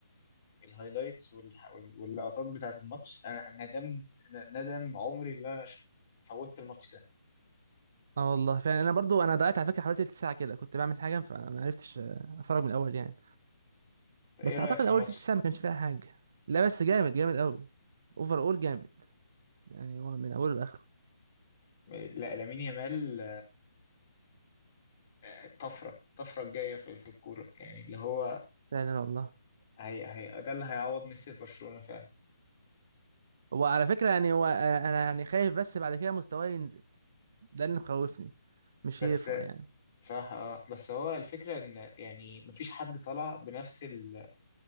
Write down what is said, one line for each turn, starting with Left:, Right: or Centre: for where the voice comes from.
Left: الهايلايتس والح- وال- واللقطات بتاعة الماتش انا أنا ندمت ن- ندم عمري اللي انا ش- فوتت الماتش ده
Right: اه والله فعلا انا برضو انا ضيعت على فكره حوالي تلت ساعه كده كنت بعمل حاجه فما عرفتش آه، اتفرج من الاول يعني
Left: ايه
Right: بس
Left: رأيك
Right: اعتقد
Left: في
Right: اول
Left: الماتش
Right: تلت ساعه ما كانش فيها حاجه لا بس جامد جامد قوي اوفر اول جامد يعني هو من اوله لاخره
Left: لا لامين يامال آه، طفرة الطفرة الجاية في في الكورة يعني اللي هو
Right: فعلا والله
Left: هي هي ده اللي هيعوض ميسي في برشلونة فعلا
Right: هو على فكره يعني هو انا أنا يعني خايف بس بعد كده مستواه ينزل ده اللي مخوفني مش
Left: بس
Right: يرفع يعني
Left: صراحة اه بس هو الفكرة ان يعني مفيش حد طلع بنفس ال-